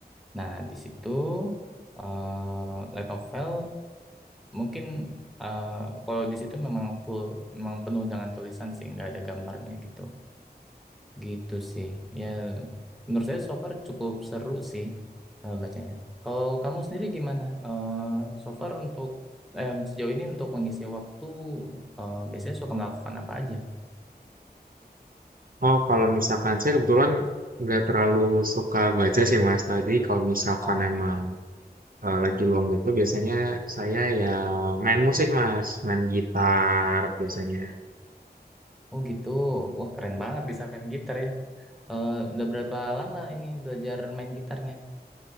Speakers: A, in the centre; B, on the right (about 55°).
A: Nah, di situ eh, light novel mungkin eh, kalau di situ memang full, memang penuh dengan tulisan sih, nggak ada gambarnya gitu. Gitu sih. Ya, menurut saya so far cukup seru sih eh, bacanya. Kalau kamu sendiri gimana? Eh so far untuk eh, sejauh ini untuk mengisi waktu eh, biasanya suka melakukan apa aja?
B: Oh, kalau misalkan saya kebetulan nggak terlalu suka baca sih Mas tadi. Kalau misalkan
A: Oke.
B: emang eh, lagi luang gitu, biasanya saya ya main musik Mas, main gitar biasanya.
A: Oh gitu. Wah keren banget bisa main gitar ya. Eh udah berapa lama ini belajar main gitarnya?